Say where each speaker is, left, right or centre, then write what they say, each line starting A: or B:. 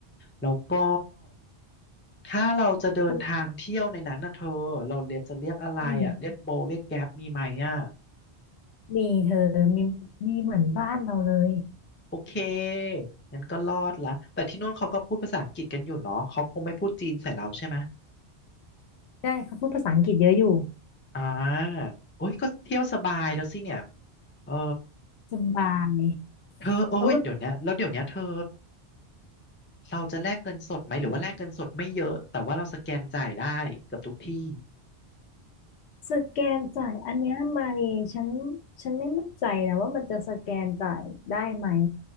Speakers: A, on the left (about 20°); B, on the left (about 75°).
A: แล้วก็ถ้าเราจะเดินทางเที่ยวในนั้นนะเธอเราเรียกจะเรียกอะไรอ่ะเรียกโบเรียกแก๊ปมีไหมอ่ะ
B: มันอืมมีเธอมีมีเหมือนบ้านเราเลย
A: โอเคงั้นก็รอดละแต่ที่นู่นเขาก็พูดภาษาอังกฤษกันอยู่เนาะเขาคงไม่พูดจีนใส่เราใช่ไหม
B: ได้เขาพูดภาษาอังกฤษเยอะอยู่
A: อ่าโอ้ยก็เที่ยวสบายแล้วสิเนี่ยเออ
B: สบาย
A: เธอโอ้ยเดี๋ยวเนี้ยแล้วเดี๋ยวเนี้ยเธอ
B: เอ
A: เราจะแลกเงินสดไหมหรือว่าแลกเงินสดไม่เยอะแต่ว่าเราสแกนจ่ายได้เกือบทุกที่
B: อ สแกนจ่ายอันเนี้ยมาเลยฉันฉันไม่มั่นใจนะว่ามันจะสแกนจ่ายได้ไหม